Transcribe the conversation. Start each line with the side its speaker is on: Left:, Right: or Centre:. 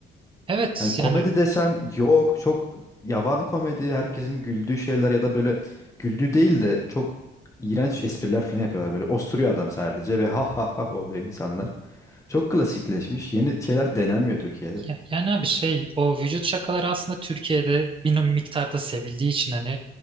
Right: Evet
Left: Yani komedi
Right: yani
Left: desen yok çok yavan komedi herkesin güldüğü şeyler ya da böyle güldüğü değil de çok iğrenç espriler falan yapıyorlar böyle osturuyor adam sadece ve ha ha ha oluyor insanlar. Çok klasikleşmiş yeni şeyler denenmiyor Türkiye'de.
Right: Ya, yani abi şey o vücut şakaları aslında Türkiye'de bir no, miktarda sevildiği için hani